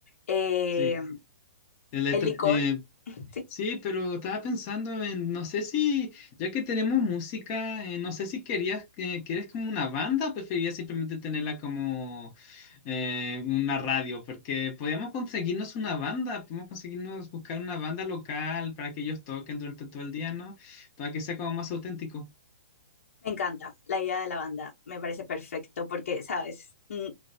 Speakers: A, on the left (about 60°); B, on the left (about 20°).
A: eh,
B: sí. El,
A: el licor, sí,
B: Sí, pero estaba pensando en, no sé si, ya que tenemos música, eh, no sé si querías, eh, quieres como una banda o preferirías simplemente tenerla como eh, una radio, porque podríamos conseguirnos una banda, podemos conseguirnos buscar una banda local para que ellos toquen durante todo el día, ¿no? Para que sea como más auténtico.
A: me encanta la idea de la banda, me parece perfecto porque, sabes, mm,